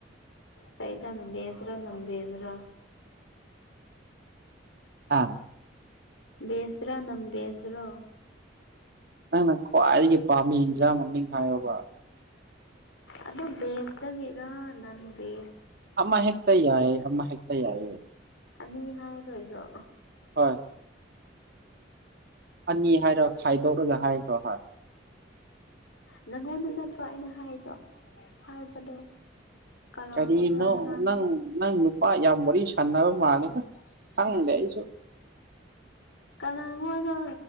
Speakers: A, on the left; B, on the right.
A: ꯀꯩꯗ ꯅ ꯦꯁ꯭ꯔ ꯅꯪ ꯦꯖ꯭ꯔꯥ
B: ꯍꯥ
A: ꯕꯦꯁꯗ꯭ꯔꯥ ꯅꯪ ꯦꯁꯗ꯭ꯔꯣ
B: ꯅꯪꯅ ꯈ꯭ꯋꯥꯏꯗꯒꯤ ꯄꯥꯝꯃꯤ ꯍꯟꯖꯥꯡ ꯃꯃꯤꯡ ꯍꯥꯏꯌꯣꯕ
A: ꯑꯗꯨ ꯕꯦꯛꯇꯒꯤꯔ ꯅꯟꯗꯦ
B: ꯑꯃꯥ ꯍꯦꯛꯇ ꯌꯥꯏꯌꯦ ꯑꯃꯥ ꯍꯦꯛꯇ ꯌꯥꯏꯌꯦ
A: ꯑꯅꯤ ꯍꯥꯏꯔꯔꯣꯏꯗ꯭ꯔꯣ
B: ꯍꯣꯏ ꯑꯅꯤ ꯍꯥꯏꯔꯣ ꯈꯥꯏꯗꯣꯛꯂꯒ ꯍꯥꯏꯈ꯭ꯔꯣ ꯍ
A: ꯅꯪꯉꯣꯟꯗ ꯅꯠꯇ꯭ꯔꯣ ꯑꯩꯅ ꯍꯥꯏꯗꯣ ꯍꯥꯏꯕꯗꯣ ꯀꯅꯥꯉꯣꯟꯗꯔ
B: ꯀꯔꯤꯅꯣ
A: ꯑꯩꯅ ꯍꯥꯏꯗꯣ
B: ꯅꯪ ꯅꯪ ꯅꯨꯄꯥ ꯌꯥꯝ ꯋꯥꯔꯤ ꯁꯥꯟꯅꯕ ꯃꯥꯜꯂꯤꯗ
A: ꯑꯦ
B: ꯈꯪꯗꯦ ꯑꯩꯁꯨ
A: ꯀꯅꯥꯅꯣꯗ